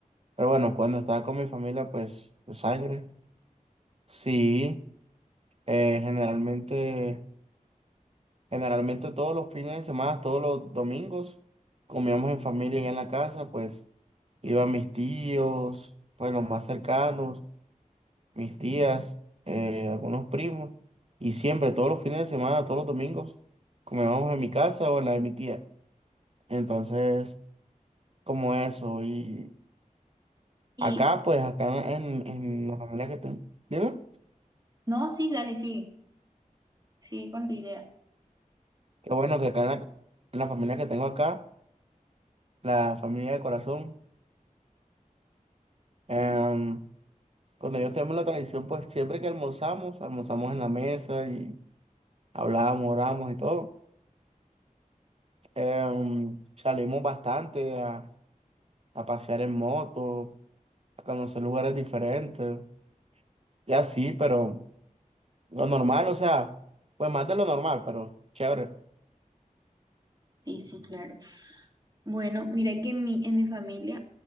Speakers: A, on the right; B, on the right.
A: Pero bueno, cuando estaba con mi familia, pues de sangre, sí, eh, generalmente, generalmente todos los fines de semana, todos los domingos, comíamos en familia y en la casa, pues iban mis tíos, pues los más cercanos mis tías, eh, algunos primos, y siempre, todos los fines de semana, todos los domingos, comíamos en mi casa o en la de mi tía. Entonces, como eso, y
B: Y
A: acá, pues, acá en, en la familia que tengo, dime,
B: no, sí, dale, sigue, sigue con tu idea.
A: qué bueno que acá en la, en la familia que tengo acá, la familia de corazón, em,
B: Sí,
A: cuando yo tengo la tradición, pues, siempre que almorzamos, almorzamos en la mesa y hablábamos, oramos y todo. Em, salimos bastante a, a pasear en moto a conocer lugares diferentes y así, pero lo normal, o sea, pues más de lo normal, pero chévere.
B: sí, sí, claro. Bueno, mira que en mi, en mi familia